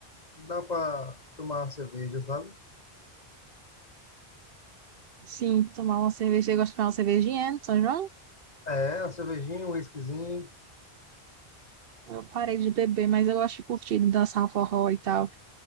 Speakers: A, on the left (about 40°); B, on the right (about 65°).
A: dá para tomar cerveja, sabe?
B: Sim, tomar uma cerveja. Eu gosto de tomar uma cervejinha né, no São João.
A: É, uma cervejinha, um whiskyzinho.
B: Eu parei de beber, mas eu gosto de curtir, de dançar um forró e tal.